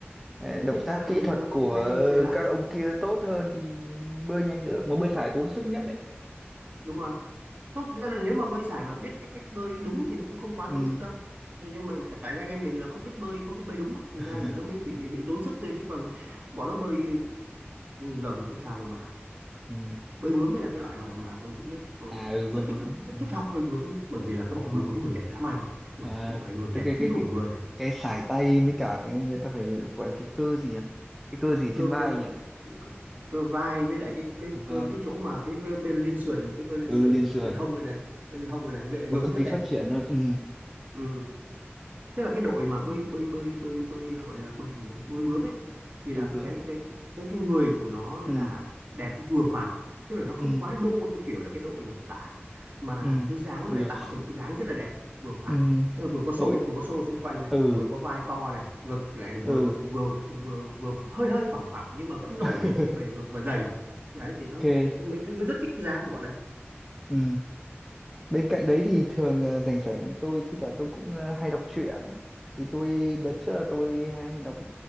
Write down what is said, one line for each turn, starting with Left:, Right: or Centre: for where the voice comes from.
Centre: Ờ,
Right: đấy
Centre: động
Right: thành ra
Centre: tác
Right: là
Centre: kỹ
Right: mình
Centre: thuật
Right: mới
Centre: của
Right: hay xem lại
Centre: các ông kia tốt hơn thì bơi nhanh được mà bơi sải tốn sức nhất đấy
Right: đúng rồi Không, thực ra là nếu mà bơi sải mà biết cách bơi đúng thì nó cũng không quá
Centre: ừ
Right: tốn sức đâu. Thế Nhưng mà tại vì anh em mình là không biết bơi, không biết bơi đúng, á, thành
Centre: <laughs>
Right: ra là nó mới bị bị tốn sức thôi chứ còn bọn nó bơi dầm cũng sao đâu mà.
Centre: ừ
Right: Bơi bướm mới là cái loại mà mà tốn sức nhất. Tôi
Centre: à ừ bơi
Right: rất thích
Centre: bướm
Right: rất thích
Centre: ừ.
Right: học bơi bướm nhé, bởi vì là cái bọn
Centre: Ờ.
Right: bơi bướm người đẹp dã man. Ui,
Centre: à,
Right: cái bọn này người
Centre: tức
Right: đẹp
Centre: cái
Right: kinh
Centre: cái
Right: khủng
Centre: cái,
Right: luôn.
Centre: cái sải tay với cả cái người ta phải gọi là cái cơ gì nhỉ cái cơ gì
Right: Cơ
Centre: trên vai
Right: cơ
Centre: nhỉ
Right: cơ, cơ vai với lại cái cái
Centre: cơ vai
Right: cơ cái chỗ mà cái bên liên sườn này, cái cơ liên
Centre: ừ
Right: sườn
Centre: liên
Right: này,
Centre: sườn
Right: bên hông này này, bên hông này này, với lại ngực
Centre: nó cực
Right: rất
Centre: kỳ
Right: đẹp.
Centre: phát triển luôn ừ
Right: Ừ. tức là cái đội mà bơi bơi bơi bơi bơi ờ, gọi là bơi gì nhỉ bơi bướm ấy thì là
Centre: bơi bướm
Right: cái cái cái cái cái người của nó
Centre: ừ
Right: là đẹp vừa phải tức là nó không
Centre: ừ
Right: quá đô theo kiểu là cái đội mà tạ mà
Centre: ừ
Right: cái dáng nó
Centre: ui
Right: lại
Centre: rồi
Right: tạo thành một cái dáng rất là đẹp vừa phải
Centre: ừ
Right: tức là vừa có xô
Centre: đội
Right: vừa có xô xung quanh này
Centre: ừ
Right: vừa có vai to này ngực lại vừa
Centre: ừ
Right: vừa vừa vừa hơi hơi phẳng phẳng nhưng mà vẫn nổi
Centre: <laughs>
Right: lên cái bề ngực và dày đấy thì nó
Centre: ok
Right: mình mình rất thích cái dáng của bọn này
Centre: ừ Bên cạnh đấy thì thường ờ, rảnh rảnh tôi thi thoảng tôi cũng ờ, hay đọc truyện. Thì tôi đợt trước là tôi hay đọc